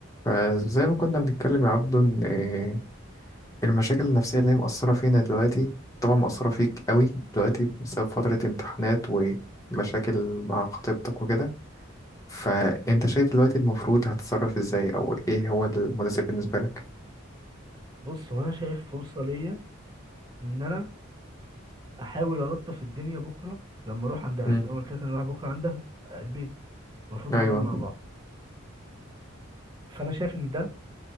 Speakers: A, on the left; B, on the right.
A: فزي ما كنا بنتكلم يا عبدو ان آه، المشاكل النفسية اللي هي مأثرة فينا دلوقتي طبعا مأثرة فيك قوي دلوقتي بسبب فترة امتحانات ومشاكل مع خطيبتك وكده فانت شايف دلوقتي المفروض هتتصرف ازاي او ايه هو المناسب بالنسبة لك
B: بص هو انا شايف فرصه ليا ان انا احاول الطف الدنيا بكره لما اروح عندها
A: مم.
B: يعني انا قلت لك انا رايح بكره عندها البيت المفروض
A: ايوه
B: نقعد مع بعض فانا شايف ان ده